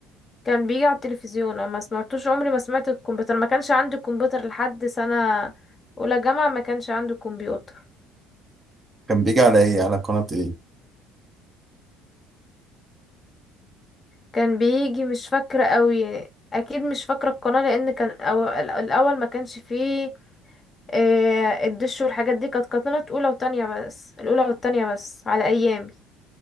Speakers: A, on the left; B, on the right.
A: كان بيجي على التلفزيون اه ما سمعتوش عمري ما سمعت الكمبيوتر ما كانش عندي كمبيوتر لحد سنة اولى جامعة ما كانش عندي كمبيوتر
B: كان بيجي على ايه؟ على قناة ايه؟
A: كان بيجي مش فاكرة قوي اكيد مش فاكرة القناة لان كان أو... الاول ما كانش فيه آه، الدش والحاجات دي كانت قناة اولى وتانية بس الاولى والتانية بس على ايامي